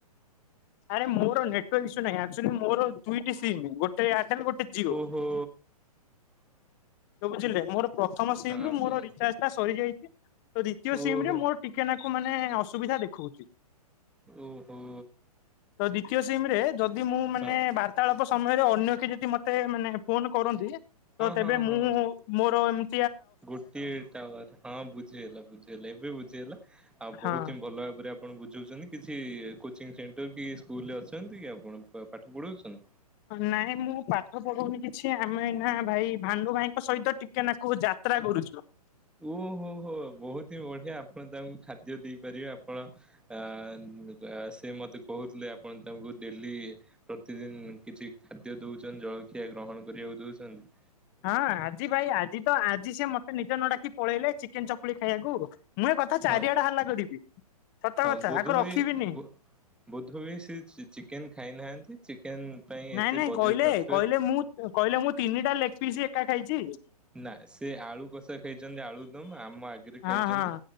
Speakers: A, on the left; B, in the centre.
A: ଆରେ ମୋର ନେଟୱାର୍କ ଇସୁ ନାଇ ଆ ଆକ୍ ଚୁଅଲି ମୋର ଦୁଇଟି ସିମ୍ ଗୋଟେ ଏୟାରଟେଲ ଗୋଟେ ଜିଓ।
B: ହଁ ଓହୋ ହଁ।
A: ତ ବୁଝିଲେ ମୋର ପ୍ର ସିମ୍
B: ହଁ
A: ରୁ ମୋର
B: ହଁ
A: ରିଚାର୍ଜ ଟା ସରିଯାଇଛି ତ ଦ୍ଵିତୀୟ ସିମରେ
B: ଓହୋ
A: ମୋର ଟିକେ ନା ତ ମାନେ ଅସୁବିଧା ଦେଖଉଛି।
B: ଓହୋ।
A: ତ ଦ୍ଵିତୀୟ ସିମରେ ଯଦି ମୁଁ ମାନେ
B: ହଁ
A: ବାର୍ତ୍ତାଳାପ ସମୟରେ ଅନ୍ୟ କିଛି ମତେ ମାନେ ଫୋନ କରନ୍ତି ତ ତେବେ
B: ହଁ
A: ମୁଁ
B: ହଁ।
A: ମୋର ଏମ
B: ଗୋଟିଏ ଟାୱାର ହଁ ବୁଝିହେଲା ବୁଝିହେଲା ଏବେ ବୁଝିହେଲା ଆଉ
A: ହଁ
B: ବହୁତ ହିଁ ଭଲ ଭାବରେ ଆ ଆପଣ ବୁଝାଉଛନ୍ତି କିଛି କୋଚିଂସେଣ୍ଟର କି ସ୍କୁଲରେ ଅଛନ୍ତି କି ଆପଣ ପାଠ ପଢ଼ଉଛନ୍ତି।
A: ନାଇଁ ମୁଁ ପାଠ ପଢଉନି କିଛି ଆମେ ଭାଇ ଭାଣ୍ଡୁ ଭାଇଙ୍କ ସହିତ ଟିକେ ନାକୁ ଯା ଯାତ୍ରା କରୁଛୁ।
B: ଓହୋ ହୋ ବହୁତି ହିଁ ବଢିଆ ଆପଣ ତାଙ୍କୁ ଖାଦ୍ୟ ଦେଇପାରିବେ ଆପଣ ଅ ଉମ‌ ତା ସେ ମତେ କହୁଥିଲେ ଆପଣ ତାଙ୍କୁ ଡେଲି ପ୍ରତିଦିନ କିଛି ଖାଦ୍ୟ ଦେଉଚନ୍ତି ଜଳଖିଆ ଗ୍ରହଣ କରିବାକୁ ଦେଉଚନ୍ତି।
A: ହଁ ଆଜି ଭାଇ ଆଜି ତ ଆଜି ସେ ମତେ ନିଜ ନ ଡାକି ପଳେଇଲେ ଚିକେନ, ଚକୁଳି ଖାଇବାକୁ। ମୁଁ ଏ କଥା ଚାରିଆଡେ
B: ହଁ
A: ହାଲ୍ଲା କରିବି। ସତ
B: ହଁ
A: କଥା
B: ବୁଧ
A: ଆକୁ ରଖିବିନି।
B: ବି ବୁ ବୁଧ ବି ସେ ଚି ଚିକେନ୍ ଖାଇନାହାନ୍ତି। ଚିକେନ ପାଇଁ
A: ନାଇଁ
B: ଏତେ
A: ନାଇଁ
B: ବଜେଟ
A: କହିଲେ
B: ନଥିବାରୁ
A: କହିଲେ ମୁଁ କହିଲେ ମୁଁ ତିନିଟା ଲେଗପିସ୍ ଏକା ଖାଇଛି।
B: ନାଁ ସେ ଆଳୁ କଷା ଖାଇଚନ୍ତି ଆଳୁ ଦମ ଆମ ଆଗେରେ
A: ହଁ
B: ଖାଇଚନ୍ତି
A: ହଁ